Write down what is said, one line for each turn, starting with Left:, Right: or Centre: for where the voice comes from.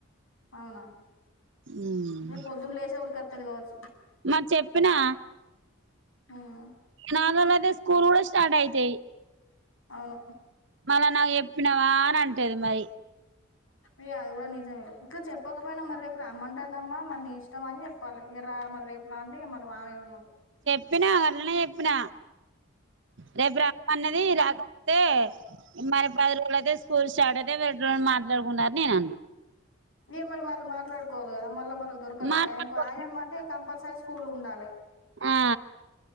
Left: అవునా
Right: ఆమ్,
Left: రేపు పొద్దున్న లేసే ఉరికొత్తది కావచ్చు
Right: మరి చెప్పినా
Left: ఉమ్
Right: నాగ రేప్ స్కూల్ కూడా స్టార్ట్అయితయ్
Left: అవును
Right: మళ్ళ నాకు చెప్పినవా అని అంటది మరి
Left: ఇ అది కూడా నిజమేలే ఇట్లా చెప్పకపోయినా మరి రేపు రమ్మాంటాందమ్మా నీ ఇష్టం అని చెప్పాలి ఇక రా మరి రేపు అంటే మరి వామై ఉన్నం
Right: చెప్పిన గాట్లనే చెప్పిన రేపు రమ్మనది రాకపోతే మరి పది రోజులైతే స్కూల్ స్టార్ట్ అయితయ్ వీరోటోళ్ళని మాట్లాడుకుందాట నినన్న
Left: ఇగ మరి వాళ్ళు మాట్లాడుకోవాలి కదా మళ్ళ మనకు దొరుకొద్ద
Right: మాట్లాడుకో
Left: టైం కు ఆయమ్మంటే కంపల్సరి స్కూ ల్ ఉండాలే
Right: ఆ